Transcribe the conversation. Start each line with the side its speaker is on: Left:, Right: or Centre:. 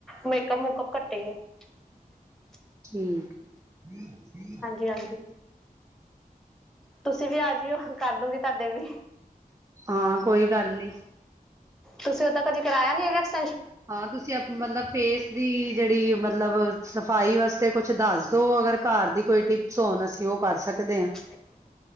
Centre: ਮੇਕਅਪ ਮੁਕਅਪ ਘੱਟੇ ਹੀ ਆ। <inaudible>
Right: <inaudible>
Centre: ਹਾਂਜੀ ਤੁਸੀਂ ਵੀ ਆ ਜਇਓ ਕਰ ਦੋਗੀ ਤੁਹਾਡੇ ਵੀ
Right: ਹਾਂ ਕੋਈ ਗੱਲ ਨਹੀਂ।
Centre: ਤੁਸੀਂ ਉਦਾਂ ਕਦੀ ਕਰਾਇਆ ਨਹੀਂ ਇਲੈਕਸ
Right: ਹਾਂ ਤੁਸੀਂ ਅਪ ਮਤਲਬ ਫੇਸ ਦੀ ਜਿਹੜੀ ਮਤਲਬ ਸਫ਼ਾਈ ਵਾਸਤੇ ਕੁਛ ਦੱਸ ਦੋ ਅਗਰ ਘਰ ਦੀ ਕੋਈ ਟਿਪ ਸੋਣ ਅਸੀਂ ਉਹ ਕਰ ਸਕਦੇ ਹਾਂ।
Centre: <inaudible>